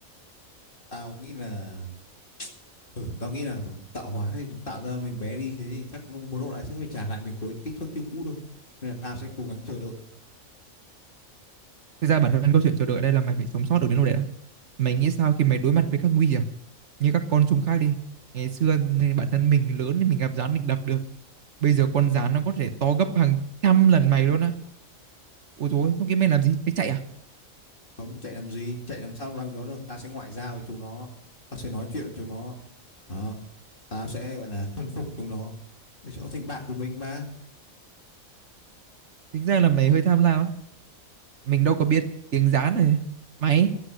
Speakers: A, on the left (about 40°); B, on the right (about 60°).
A: tao nghĩ là ừ tao nghĩ là tạo hóa thì tạo ra mình bé đi thế thì chắc một lúc đấy sẽ phải trả lại mình khối kích thước chưa cũ thôi nên là tao sẽ cố gắng chờ đợi
B: Thực ra bản thân câu chuyện chờ đợi ở đây là mày phải sống sót được đến lúc đấy đã. Mày nghĩ sao khi mày đối mặt với các nguy hiểm như các con trùng khác đi. Ngày xưa nên bản thân mình lớn thì mình gặp gián mình đập được. Bây giờ con gián nó có thể to gấp hàng trăm lần mày luôn á. Ôi dồi, ôi, lúc kia mày làm gì? Mày chạy à?
A: không chạy làm gì chạy làm sao bằng nó được ta sẽ ngoại giao với chúng nó ta sẽ nói chuyện với chúng nó đó ta sẽ gọi là thuần phục chúng nó để chúng nó thành bạn của mình mà
B: Tính ra là mày hơi tham lam á. Mình đâu có biết tiếng gián này. Mày,